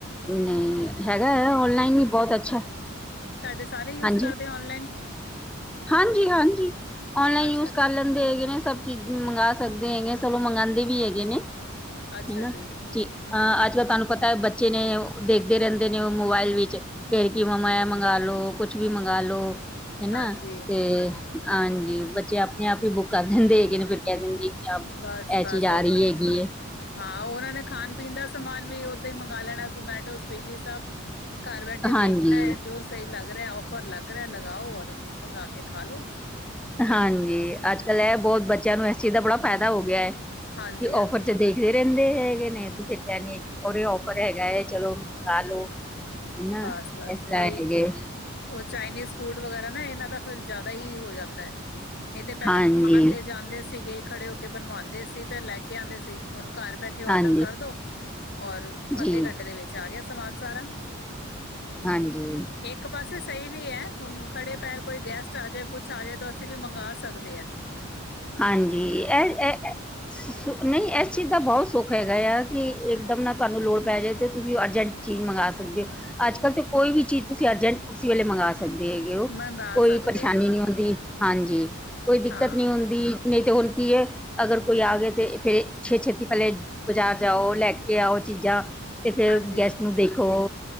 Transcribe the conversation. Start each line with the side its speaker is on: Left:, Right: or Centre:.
Centre: ਨਹੀਂ ਹੈਗਾ ਔਨਲਾਈਨ ਵੀ ਬੋਤ ਅੱਛਾ
Left: ਸਾਡੇ ਸਾਰੇ ਯੂਜ
Centre: ਹਾਂਜੀ,
Left: ਕਰਦੇ ਔਨਲਾਈਨ
Centre: ਹਾਂਜੀ ਹਾਂਜੀ ਔਨਲਾਈਨ
Left: ਅੱਛਾ
Centre: ਯੂਜ
Left: ਅੱਛਾ
Centre: ਕਰ ਲੈ ਦੇ ਹੈਗੇ ਨੇ ਸਭ ਚੀਜ਼ ਮੰਗਾ ਸਕਦੇ ਹੈਗੇ ਸਬ ਮੰਗਵਾਦੇ ਵੀ ਹੈਗੇ ਨੇ
Left: ਅੱਛਾ
Centre: ਹਨਾ
Left: ਜੀ ਹੂੰ-ਹੂੰ
Centre: ਜ ਅਹ ਅੱਜ ਕੱਲ ਤੁਹਾਨੂੰ ਪਤਾ ਹੈ ਬੱਚੇ ਨੇ ਦੇਖਦੇ ਰੈਂਦੇ ਨੇ ਉਹ ਮੋਬਾਇਲ ਵਿੱਚ ਫੇਰ ਕੀ ਮੰਮਾ ਇਹ ਮੰਗਵਾਾਲੋ ਕੁਛ ਵੀ ਮੰਗਾ ਲੋ ਹਨਾ
Left: ਹਾਂਜੀ
Centre: ਤੇ ਹਾਂਜੀ ਬੱਚੇ ਆਪਣੇ ਆਪ ਹੀ ਬੁੱਕ ਕਰ ਦਿੰਦੇ ਹੈਗੇ ਨੇ ਫਿਰ ਕੈ ਦਿੰਦੇ ਕਿ ਹਾਂ
Left: ਬਸ-ਬਸ
Centre: ਐਹ ਚੀਜ਼ ਆ
Left: ਉਹ
Centre: ਰਹੀ ਹੈਗੀ
Left: ਹਾਂ ਉਹਨਾਂ ਨੇ ਖਾਣ ਪੀਣ ਦਾ ਸਮਾਨ ਵੀ ਓਦਾਂ ਹੀ ਮੰਗਵਾ ਲੈਣਾ ਜ਼ਮੈਟੋ ਸਵੀਗੀ ਸਭ ਘਰ ਬੈਠੇ
Centre: ਹਾਂਜੀ।
Left: ਦੇਖਣਾ ਹੈ ਜੋ ਸਹੀ ਲੱਗ ਰਿਹਾ ਔਫਰ ਲੱਗ ਰੇਆ ਲਗਾਓ ਔਰ ਮੰਗਾ ਕੇ ਖਾ ਲ ਲੋ
Centre: ਹਾਂਜੀ ਅੱਜ ਕੱਲ ਇਹ ਬੋਤ ਬੱਚਿਆਂ ਨੂੰ ਇਸ ਚੀਜ਼ ਦਾ ਬੜਾ ਫੈਦਾ ਹੋ ਗਿਆ ਹੈ ਕਿ
Left: ਹਾਂਜੀ-ਹਾਂਜੀ
Centre: ਓਫਰ ਚ ਦੇਖਦੇ ਰੈਂਦੇ ਹੈਗੇ ਨੇ ਤੇ ਫੇਰ ਕੈਨ ਗੇ ਕਿ ਅਰੇ ਓ ਫਰ ਓਫਰ ਹੈਗਾ ਹੈ ਚਲੋ ਮੰਗਾ ਲੋੋ ਹਨਾ
Left: ਬਸ-ਬਸ
Centre: ਇਸ ਤਰ੍ਹਾਂ
Left: ਉਹੀ
Centre: ਹੈਗੇ
Left: ਉਹ ਚਾਈਨੀਜ਼ ਫੂਡ ਵਗੈਰਾ ਨਾ ਇਹਨਾਂ ਦਾ ਫਿਰ ਜ਼ਿਆਦਾ ਹੀ ਹੋ ਜਾਂਦਾ ਹੈ ਨਹੀਂ ਤੇ ਪਹਿਲਾਂ
Centre: ਹਾਂਜੀ
Left: ਦੁਕਾਨ ਤੇ ਜਾਂਦੇ ਸੀਗੇ ਖੜੇ ਹੋ ਕੇ ਬਣਵਾਉਂਦੇ ਸੀ ਫਿਰ ਲੈ ਕੇ ਆਉਂਦੇ ਸੀ ਹੁਣ ਘਰ ਬੈਠੇ ਉਥੇ
Centre: ਹਾਂਜੀ
Left: ਔਡਰ ਕਰਦੋ ਔਰ ਅੱਧੇ
Centre: ਜੀ
Left: ਘੰਟੇ ਦੇ ਵਿੱਚ ਆ ਗਿਆ ਸਮਾਨ ਸਾਰਾ
Centre: ਹਾਂਜੀ
Left: ਇੱਕ ਪਾਸੇ ਸਹੀ ਵੀ ਹੈ ਹੁਣ ਖੜੇ ਪੈਰ ਕੋਈ ਗੈਸਟ ਆ ਜਾਏ ਕੁਛ ਆ ਜਾਏ ਤਾਂ ਅਸੀਂ ਵੀ ਮੰਗਵਾ ਸਕਦੇ ਹ
Centre: ਹਾਂਜੀ ਇਹ ਨਹੀਂ ਇਸ ਚੀਜ਼ ਦਾ ਬਹੁਤ ਸੁਖ ਹੈਗਾ ਆ ਕਿ ਇੱਕਦਮ
Left: ਹਮ
Centre: ਨਾ ਤੁਹਾਨੂੰ ਲੋੜ ਪੈ ਜਾਵੇ ਅਤੇ ਤੁਸੀਂ ਅਰਜੈਂਟ ਚੀਜ਼ ਮੰਗਾਵਾ ਸਕਦੇ ਹੋ- ਅੱਜ ਕੱਲ੍ਹ ਤੇ ਕੋਈ ਵੀ ਚੀਜ਼ ਤੁਸੀਂ ਅਰਜੈਂਟ ਉਸੀ ਵੇਲੇ ਮੰਗਗਾ ਸਕ ਸਕਦੇ ਹੈਗੇ ਉਹ,
Left: ਮੰਗਵਾ
Centre: ਕੋਈ
Left: ਸਕਦੇ
Centre: ਪਰੇਸ਼ਾਨੀ
Left: ਆ
Centre: ਨਹੀਂ ਹੁੰਦੀ ਹਾਂਜੀ ਕੋਈ ਦਿੱਕਤ
Left: ਹਾਂ
Centre: ਨੀ ਹੁੰਦੀ ਦੀ ਨਹੀਂ ਤੇ ਹੁਣ ਕੀ ਹੈ ਅਗਰ ਕੋਈ ਆ ਗਏ ਤੇ ਫੇਰ ਛੇ ਛੇਤੀ ਪਹਿਲੇ ਬਾਜ਼ਾਰ ਜਾਓ ਲੈ ਕੇ ਆਓ ਚੀਜ਼ਾਂ ਤੇ ਫਿਰ
Left: ਹਾਂਜੀ
Centre: ਗੈਸਟ ਨੂੰ ਦੇਖੋ